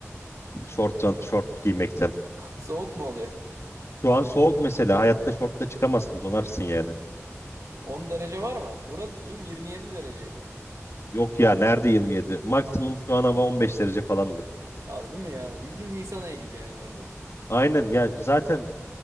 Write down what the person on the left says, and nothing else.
Şort, şort giymekten.
Şu an soğuk mesela. Hayatta şortla çıkamazsın. Donarsın yani.
Yok ya nerede 27? Maksimum şu an hava 15 derece falandır.
Aynen ya zaten